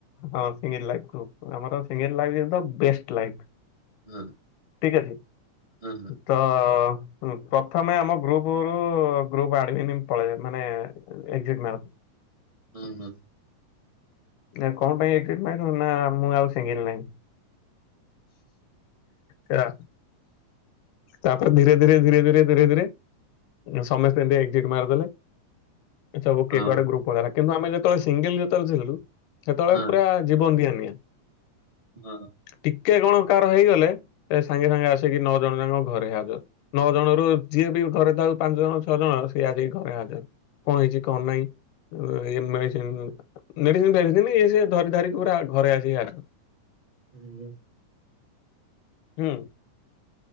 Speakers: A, on the left (about 80°); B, on the right (about 65°).
A: ହଁ ସିଙ୍ଗଲ୍ ଲାଇଫ୍ ଆମର single life is the best life
B: ହୁଁ
A: ଠିକ୍ ଅଛି।
B: <inaudible>
A: ତ ଉ ପ୍ରଥମେ ଆମ ଗ୍ରୁପରୁ ଗ୍ରୁପ ଆଡମିନ ପଳେଇ ମାନେ ଏଗଜିଟ୍ ମାର।
B: ହୁ ହୁ।
A: ନା କଣ ପାଇଁ ଏଗଜିଟ୍ ମାଇଲୁ ନା ମୁଁ ଆଉ ସିଙ୍ଗିଲ୍ ନାହିଁ। ହେଲା ତାପରେ ଧୀରେ, ଧୀରେ, ଧୀରେ, ଧୀରେ, ଧୀରେ, ଧୀରେ ସମସ୍ତେ ଏମିତି ଏକକ୍ଜିଟ୍ ମାରଦେଲେ ସବୁ କିଏ
B: ହଁ
A: କୁଆଡେ ଗ୍ରୁପ୍ ପଳେଇଲା, କିନ୍ତୁ ଆମେ ଯେତବେଳେ ସିଙ୍ଗିଲ୍ ଯେତେବେଳେ ଥିଲୁ ସେତବେଳେ
B: ହଁ।
A: ପୁରା ଜୀବନ ଦିଆ ନିଆ।
B: ହଁ।
A: ଟିକେ କଣ କାର ହେଇଗଲେ ସେ ସାଙ୍ଗେ ସାଙ୍ଗେ ଆସିକି ନଅ ଜଣ ଯାକ ଘରେ ହାଜର। ନଅ ଜଣ ରୁ ଯିଏ ବି ଘରେ ଥାଉ ପାଞ୍ଚ ଜଣ ଛଅ ଜଣ ସିଏ ଆସି ଘରେ ହାଜର। କଣ ହେଇଛି କଣ ନାହିଁ ଏ ମେଡ଼ିସିନ୍, ମେଡ଼ିସିନ୍ ଫେଡ଼ି ସିନ୍, ସେ ଧରି ଧରାକି ପୁରା ଘରେ ଆସିକି ହାଜର
B: ହୁଁ।
A: ହୁଁ।